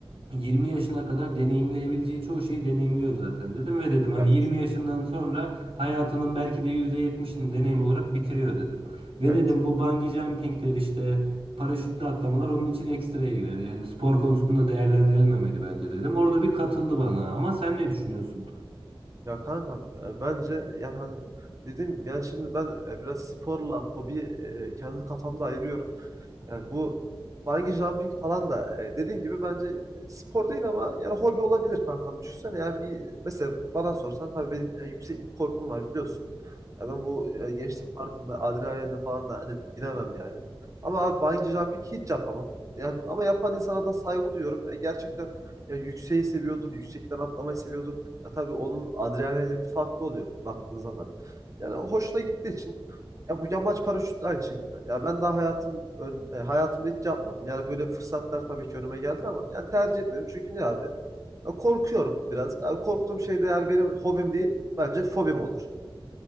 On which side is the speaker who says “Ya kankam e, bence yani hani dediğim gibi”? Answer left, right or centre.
Right